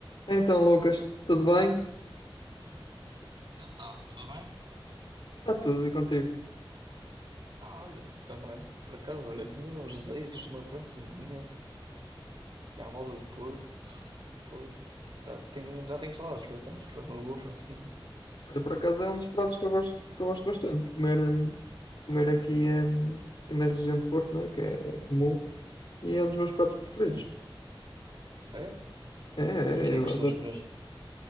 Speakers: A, on the left (about 65°); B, on the right (about 60°).
A: Então, Lucas, tudo bem?
B: Então, tudo bem?
A: Está tudo e contigo?
B: Ah, olha, também. Por acaso, olha, tinha uns desejos de uma francesinha, tinha a moda do Porto. fogo. Já tenho, já tenho saudades, por acaso, com uma boa francesinha.
A: Olha, por acaso é um dos pratos que eu gosto, que eu gosto bastante de comer, hum, comer aqui, hum, aqui na região do Porto, né? Que é, é comum, e é um dos meus pratos preferidos.
B: Sim, é?
A: É, é,
B: E nem
A: eu
B: costumas
A: adoro.
B: comer.